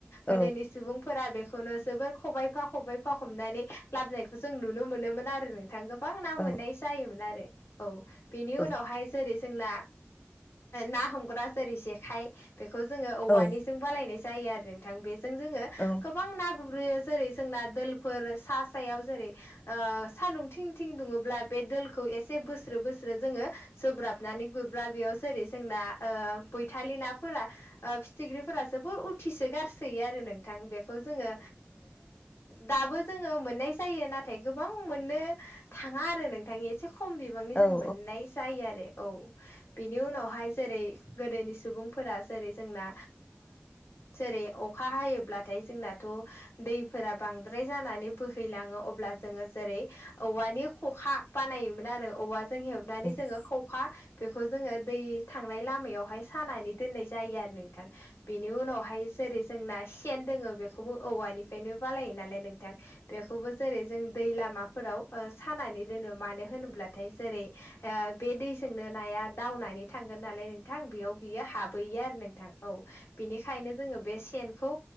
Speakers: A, on the left (about 30°); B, on the left (about 80°).
A: औ
B: गोदोनि सुबुंफोरा बेखौनो जोबोर खबायाइफा खबबायफा हमनानै लाबोनायखौ जों नुनो मोनोमोन आरो नोंथां गोबां ना
A: औ
B: मोननाय जायोमोन आरो। औ बेनि
A: औ
B: उनावहाय जेरै जोंना ना हमग्रा जेरै जेखाइ बेखौ जोङो औवानिजों
A: औ
B: बालायनाय जायो आरो नोंथां बेजों जोङो।
A: औ।
B: गोबां ना गुरैयो जेरै जोंना दफोर सा सायाव जेरै सान्दुं थिं थिं दुङोब्ला बे दखौ एसे बोस्रो बोस्रो जोङो। सब्राबनानै गुरब्ला बेयाव जेरै जोंना बैथालि नाफोरा। फिथिख्रिफोरासो बु उथिसो गारसोयो आरो नोंथां बेखौ जोङो। दाबो जोङो मोननाय जायो नाथाय गोबां मोननो थाङा आरो नोंथांनि एसे खम बि बांनि
A: नंगौ
B: जों मोननाय जायो आरो औ बेनि उनावहाय। जेरै गोदोनि सुबुंफोरा जेरै जोंना जेरै अखा हायोब्लाथाय जोंनाथ' दैफोराबो बांद्राय जानानै बोहैलाङो अब्ला जोङो जेरै औवानि खखा बानायोमोन आरो औवाजों हेबनानै जोङो
A: औ
B: खखा बेखौ जोङो दै थांनाय लामायावहाय सानानै दोननाय जायो आरो नोंथां बेनि उनावहाय जेरै जोंना सेन दोङो बेखौबो औवानिफ्रायनो बालायो नालाय नोंथां। बेखौबो जेरै जों दै लामाफोराव सानानै दोनो मानो होनोब्लाथाय जेरै बे दैजोंनो नाया दावनानै थांगोन नालाय नों नोंथां बेयाव बियो हाबोयो आरो नोंथां औ बिनिखायनो जोङो बे सेनखौ